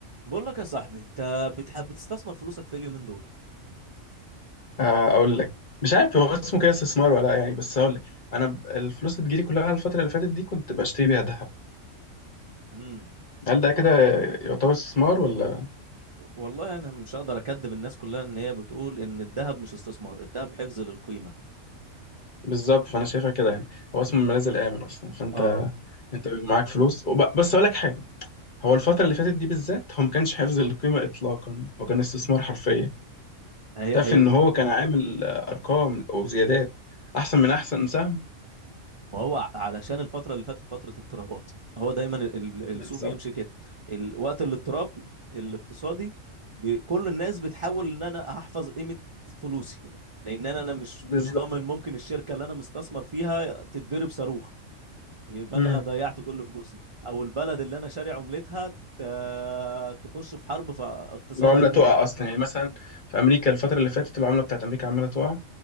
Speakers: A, on the right; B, on the left.
A: بقول لك يا صاحبي انت بتحب بتستثمر فلوسك في اليومين دول
B: آه، اقول لك مش عارف هو اسمه كده استثمار ولا لا يعني بس هقول لك انا ب- الفلوس اللي بتجيلي كلها الفتره اللي فاتت دي كنت بشتري بيها ذهب
A: امم
B: هل ده كده يعتبر استثمار ولا
A: والله انا مش هقدر اكدب الناس كلها ان هي بتقول ان الذهب مش استثمار الذهب حفظ للقيمه
B: بالظبط فانا شايفها كده يعني هو اسمه الملاذ الامن اصلا فانت
A: اه
B: انت بيبقى معاك فلوس وب... بس هقول لك حاجه هو الفتره اللي فاتت دي بالذات هو ما كانش حفظ القيمه اطلاقا هو كان استثمار حرفيا
A: هي
B: تعرف
A: هي
B: ان هو كان عامل آه، ارقام وزيادات احسن من احسن سهم
A: ما هو ع- علشان الفتره اللي فاتت فتره اضطرابات هو دايما ال- ال-
B: بالظبط
A: السوق بيمشي كده ال- وقت الاضطراب الاقتصادي ب- كل الناس بتحاول ان انا احفظ قيمه فلوسي لان انا انا مش
B: بالظبط
A: مش ضامن ممكن الشركه اللي انا مستثمر فيها تتضرب صاروخ يبقى
B: مم.
A: انا ضيعت كل فلوسي او البلد اللي انا شاري عملتها ت- تخش في حرب فاقتصادها
B: العملة
A: يموت
B: تقع أصلا يعني مثلا في أمريكا الفترة اللي فاتت العملة بتاعت أمريكا عمالة تقع